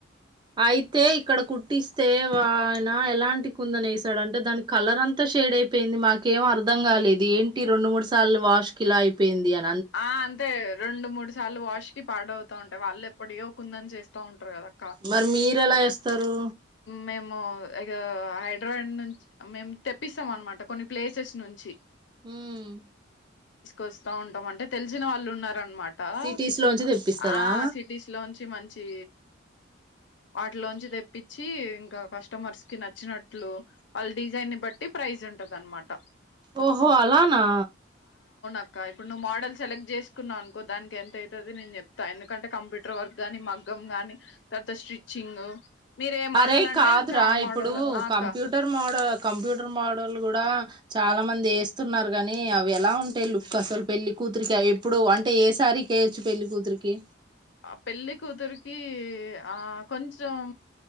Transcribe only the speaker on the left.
ఆ అంతే రెండు మూడు చాలా వాష్ కి పాడవుతా ఉంటయిళ్ళు ఎప్పుటి ఇో కుందని చేస్తా ఉంటారు కదా అక్క
మేము ఇ హైదరాబాద్ నుంచి మేము తెప్పిస్తాం అనమాట కొన్ని ప్లేసెస్ నుంచి
వస్తా ఉంటాం అంటే తెలిసిన వాళ్ళు ఉన్నారుారనమాట అట
ఆ సిటీస్ లోంచి మంచి వాటిలోంచి తె ఇప్పించి ఇంకా కస్టమర్స్ కి నచ్చినట్లు వాళ్ళ డిజైన్ బట్టి ప్రైజ్ ఉంటది అనమాట
అక్క ఇప్పుడు నువ్వు మోడల్ సెలెక్ట్ చేసుకున్నావు అనుకో దానికి ఎంత అవుతుందిో నేను చెప్తా ఎందుకంటే కంప్యూటర్ వర్క్ గాని మగ్గం గాని తర్వాత స్టిచ్చింగ్ మీరు ఏ మోడల్
అంటే
ఇంకా ఆ
మోడల్ ఆ అక్క
ఆ పెళ్లి కూతురికి ఆ కొంచెం